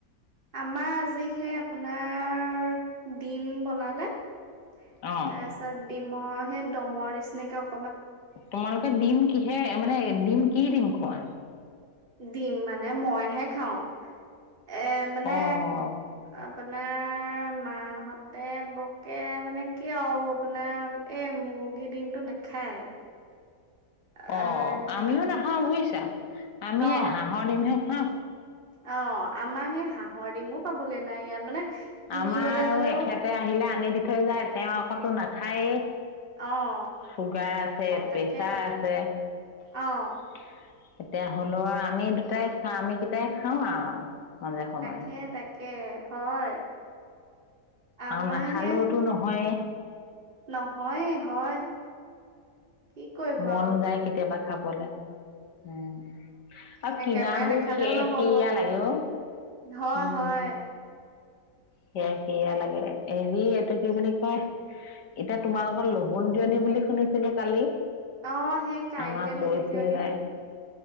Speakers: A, on the right (about 30°); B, on the left (about 85°).
A: আমাৰ আজি সেই আপোনাৰ ডিম বনালে। ত
B: অ',
A: আছ ডিমই সে দমৰ নিচিনাক।
B: তোমালোকে দিম কিহে মানে দিম। কি দিম খোৱা।
A: দিম মানে মইহে খাওঁ। এ মানে
B: অ',
A: আপোনাৰ মাহতে বকে মানে কি আৰু আপোনাৰ এই মুৰ্গী ডিমতটো নাখায়। আহ
B: অ
A: এতিয়া
B: আমিও নাখাওঁ বুইছা। আমি
A: অ
B: হাঁহৰ দিমহে হা
A: অ আমাৰ সেই হাঁহৰ ডিমো পাবলৈ। নাই ইয়াত মানে কিনিবলৈ
B: আমাৰ
A: গ'লেও
B: এখেতে আহিলে আনি দি থৈ যায় তেওঁ আকো নাথাক হয়ে
A: অ',
B: চুগাৰ আছে
A: তাকে
B: প্ৰেচাৰ
A: তাক
B: আছে এতিয়া
A: অ',
B: হলেও আৰু আমি দুটাই খা আমি কেইটাই খাওঁ আৰু মাজে সময়
A: তাকে তাকে হয় আমাৰ
B: অ নাখালেওতো
A: সেই
B: নহয়ে
A: নহয়ে হয় কি কৰিব
B: মন
A: আৰু
B: যায় কেতিয়াবা খাব ব'লে উম আৰু
A: একেবাৰে
B: কিনা নাবোৰ
A: নাখালেও
B: শেষ
A: নহ'ব
B: সেয়া লাগে
A: হয়
B: উম।
A: হয়
B: সেয়া সেয়া লাগে হেৰি এইটো কি বুলি কয় এতিয়া তোমালোকৰ লবণ দিয়নী বুলি শুনিছিলো কালি
A: অ সেই কাইলৈ
B: আমাক কৈছিলে
A: লগোন দিয়নী